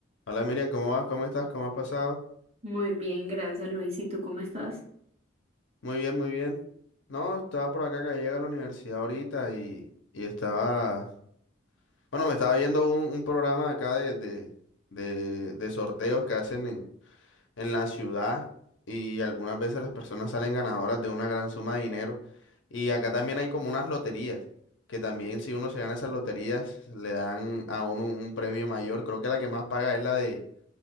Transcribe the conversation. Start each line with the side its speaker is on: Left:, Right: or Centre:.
Left: Hola Miriam, ¿cómo vas? ¿Cómo estás? ¿Cómo has pasado?
Right: Muy bien, gracias Luis. ¿Y tú cómo estás?
Left: Muy bien, muy bien. No, estaba por acá que llega a la universidad ahorita y, y estaba, bueno, me estaba viendo un, un programa acá de, de, de, de sorteos que hacen en, en la ciudad y algunas veces las personas salen ganadoras de una gran suma de dinero. Y acá también hay como unas loterías, que también si uno se gana esas loterías le dan a uno un, un premio mayor. Creo que la que más paga es la de,